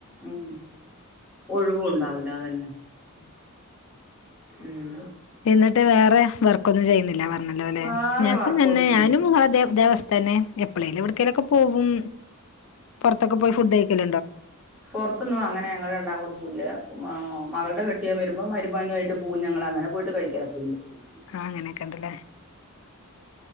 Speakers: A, in the centre; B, on the left (about 60°).
A: ഉം ഒഴിവും ഉണ്ടാവുല അതന്നെ
B: <unintelligible>
A: ഉം
B: എന്നിട്ട് വേറെ വർ ർക്ക് ഒന്നും ചെയ്യുന്നില്ല വർ നല്ല പോലെ,
A: വേറെ
B: ഞങ്ങക്ക്
A: വർക്കൊന്നുല്ല
B: തന്നെ ഞാനും <unintelligible> തന്നെ എപ്പളേലും എവിടക്കേലൊക്കെ പോകും. പുറത്തൊക്കെ പോയി ഫുഡ് കഴി
A: പുറത്തുന്നും അങ്ങനെ ഞങ്ങൾ രണ്ടാളുംകൂടി പൂവില്ല, മ മകളുടെ കെട്ടിയോൻ വരുമ്പോൾ മരുമോനുമായിട്ട് പൂവും, ഞങ്ങളങ്ങനെ പോയിട്ട് കഴിക്കലൊക്കെയുണ്ട്. ഉം.
B: ആ അങ്ങനെയൊക്കെ ഉണ്ടല്ലേ